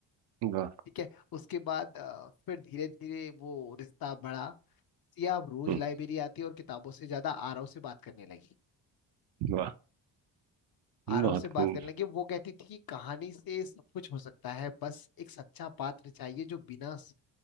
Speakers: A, on the right; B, on the left.
A: वाह
B: ठीक है उसके बाद अ, फिर धीरे धीरे वो रिश्ता बढ़ा सिया अब रोज
A: हम्म,
B: लाइब्रेरी आती है और किताबों से ज्यादा आरव से बात करने लगी
A: वाह बहुत
B: आरव से बात
A: खूब
B: करने लगे वो कहती थी कि कहानी से सब कुछ हो सकता है बस एक सच्चा पात्र चाहिए जो बिना स-